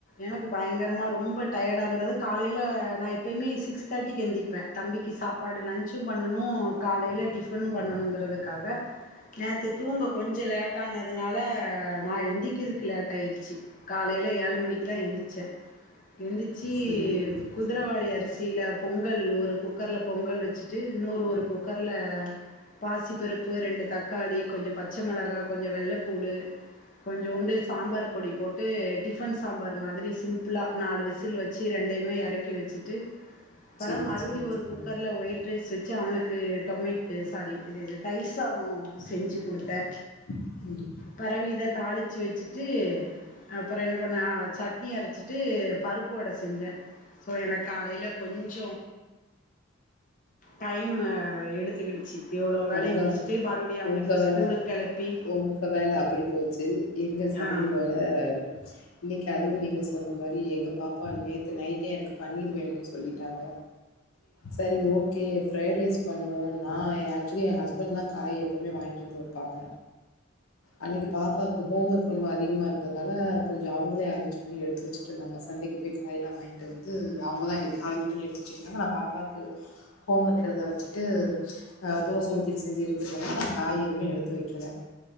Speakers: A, on the left; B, on the left.
A: எனக்கு பயங்கரமா ரொம்ப டயடா இருந்தது காலையில நா எப்பயுமே சிக்ஸ் தேர்டிக்கு எந்திருப்பே தம்பிக்கு சாப் ப்பாடு லன்ச்சும் பண்ணணு காலையில டிஃபனு பண்ணணுங்கிறதுக்காக நேற்று தூங்க கொஞ்ச லேட் ஆனதுனால நா எந்திக்கதுக்கு லேட் ஆயிருச்சி காலைல ஏழு மணிக்குதா எந்திச்சே எந்திச்சு
B: சரிங்க தோழி
A: குதிரைவாலி
B: சரிங்க
A: அரிசியில பொங்கல் ஒரு குக்கர்ல பொங்கல் வச்சுட்டு இன்னொரு ஒரு குக்கர்ல பாசிப்பருப்பு ரெண்டு தக்காளி கொஞ்ச பச்ச மிளகா கொஞ்ச வெள்ளப்பூடு கொஞ்சுண்டு சாம்பார் பொடி போட்டு டிபன் சாம்பார் மாரி சிம்பிளா நாலு விசில் வச் சு ரெண்டயுமே எறக்கி வச்சுட்டு அப்பற
B: சேரி
A: மறுபடி
B: சேரி
A: ஒரு
B: சரிங்க
A: குக்கர்ல
B: தோழி
A: ஒயிட் ரைஸ் வச்சு அவனுக்கு டொமேட்டு சாரி இது தயிர் சாத செஞ்சு குடுத்தே
B: ம்
A: பெறவு இத தாளிச்சு வச்சுட்டு அப்பற என்ன பண்ணுவே சட்னி அரச்சிட்டு பருப்பு வடை செஞ்சே சோ எனக்கு காலைல கொஞ்ச டைம்மு எடுத்துக்கிடுச்சு எவ்வளோ வேலைய
B: ரம்ஜா
A: முடிச்சுட்டு மறுபடியு அவனுக்கு
B: உங்க வேல
A: ஸ்கூலுக்கு கிளப்பி
B: உங்க வேல அப்டி போச்சு இந்த சமையல்
A: ஆ
B: வேற இன்னைக்கு அது நீங்க சொன்ன மாரி எங்க பாப்பா நேத்து நைட்டே எனக்கு பண்ணீர் வேணுனு சொல்லிட்டாங்க சரி ஓகே ஃப்ரைட் ரைஸ் பண்ணு வேணுமா எனக் ஆக்சுவல என் ஹஸ்பண்ட் தான் காய் எப்வுமே வாங்கிட்டு வந்து வைப்பாங்க அன்னைக்கு பாப்பாவுக்கு ஹோம் ஒர்க் ரொம்ப அதிகமா இருந்ததால கொஞ்சம் அவங்களே அரேஞ்ச் பண்ணி எடு த்து வச்சுட்டு இருந்தாங்க சந்தைக்கு போயி காய்யெல்லாம் வாங்கி ட்டு வந்து அவங்கதான் அரேஞ் பண்ணி எடுத்து வச்சுட்டு இருந்தாங்க நான் பாப்பாக்கு ஹோம் ஒர்க் எழுத வச்சுட்டு ஆ தோச ஊத்திட்டு செஞ்சு எடுத்துட்டுபோங்க நான் காய் எதுமே எடுத்து வைக்கல